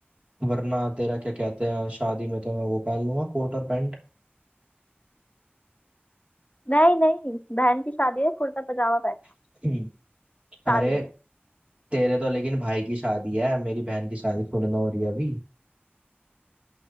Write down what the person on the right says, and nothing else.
वरना तेरा क्या कहते हैं शादी में तो मैं वो पहन लूंगा कोट और पैंट
<clears throat>
अरे
तेरे तो लेकिन भाई की शादी है मेरी बहन की शादी थोड़ी ना हो रही है अभी